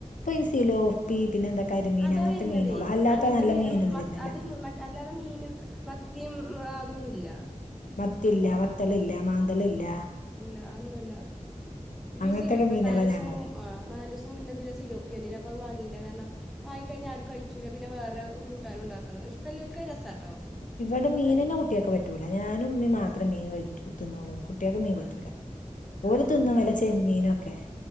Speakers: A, on the left; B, in the centre.
A: പിൻസീൽ ഓഫ്പി പിന്നെ എന്താ
B: അതാ
A: അങ്ങനത്തെ
B: വരണതേ
A: മീനോളു അല്ലാത്ത
B: അങ്ങനത്തെ
A: നല്ല
B: മീനും
A: മീനൊന്നും
B: മ
A: വരുന്നില്ല
B: അതും മറ്റ് അല്ലാതെ മീനും മത്തിയും അതൊന്നൂല്ല
A: മത്തില്ല വത്തളില്ല മാന്ന്തളില്ല
B: ഇല്ല ഒന്നുമല്ല ഇപ്പ
A: അങ്ങനത്തൊക്കെ
B: സിലോപ്പി
A: മീനാളാ
B: നാലീസം
A: ഞങ്ങള്
B: ആ നാല് ദിവസം മുന്നെ സിലോപ്പി വന്നില്ലേ അപ്പം അത് വാങ്ങി ല്ല കാരണം വാങ്ങിക്കഴിഞ്ഞാ ആരും കഴിക്കൂല്ല പിന്നെ വേറെ കൂട്ടാനും ഉണ്ടാക്കണം ഇഷ്ടമല്ലോൾക് രസാട്ടോ
A: ഇവിടെ മീനന്നെ
B: അൽ
A: കുട്ടിയൊക്ക് പറ്റൂല ഞാനും ഉമ്മ മാത്രേ മീൻ കഴിക്കൂ <unintelligible> കുട്ടിയക്ക് മീൻ പറ്റൂല
B: ആഹ്
A: ഓരു
B: ആഹ്
A: തിന്നും വല്ല ചെമ്മീനൊക്കെ